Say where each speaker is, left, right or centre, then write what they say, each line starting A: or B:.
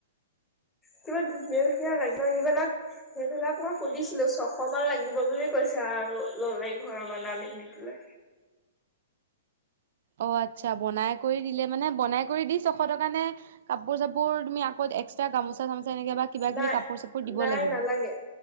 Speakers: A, on the left; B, on the right.
A: কিবা ধুনীয়া ধুনীয়া লাগে সেইবিলাক সেইবিলাক মই সুধিছিলো ছশ মান লাগিব বুলি কৈছে া আৰু ল'লেই ঘৰৰ মানে আনি দি পাই
B: অ আচ্ছা বনাই কৰি দিলে মানে বনাই কৰি দি ছশ টকা নে কাপোৰ চাপোৰ তুমি আকৌ এক্স্ৰ গামচা গাম নেকে বা কিবা
A: নাই
B: কিবি কাপোৰ চাপোৰ দিব
A: নাই
B: লাগিব
A: নালাগে